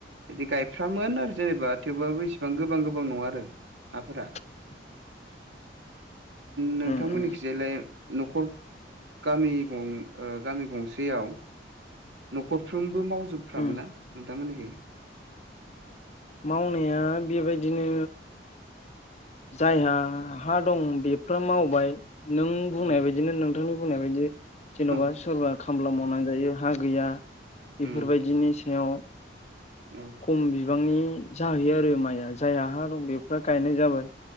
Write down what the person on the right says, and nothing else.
बिदि गायफ्रामोन आरो जेनेबा थेवबाबो इसेबां गोबां गोबां नङा आरो हाफोरा
नोंथांमोननि
न'खर गामि ग गामि गंसेयाव न'खरफ्रोमबो मावजोबफ्रामोना
नोंथांमोननिखै
औ
औ
उम
औ